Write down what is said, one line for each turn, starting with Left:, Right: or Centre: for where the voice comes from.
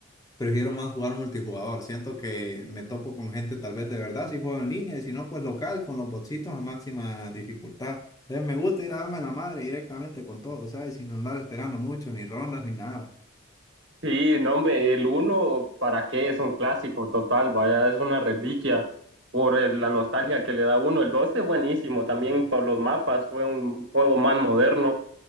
Left: Prefiero más jugar multijugador. Siento que me topo con gente tal vez de verdad si juego en línea y si no, pues local con los botsitos a máxima dificultad. Entonces me gusta ir a darme la madre directamente con todo, ¿sabes? Sin andar esperando mucho, ni rondas, ni nada.
Right: Sí, no, hombre, el uno ¿para qué? Es un clásico total, vaya, es una reliquia por el- la nostalgia que le da uno. El 2 es buenísimo también por los mapas, fue un juego más moderno.